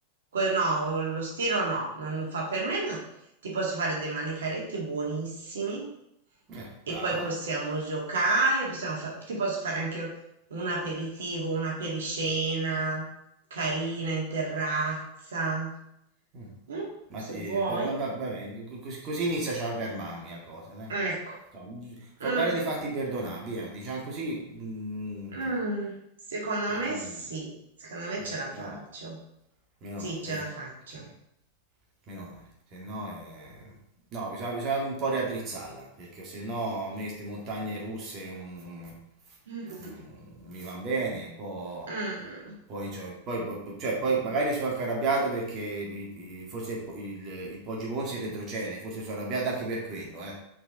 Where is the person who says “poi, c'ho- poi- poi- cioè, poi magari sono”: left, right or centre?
Right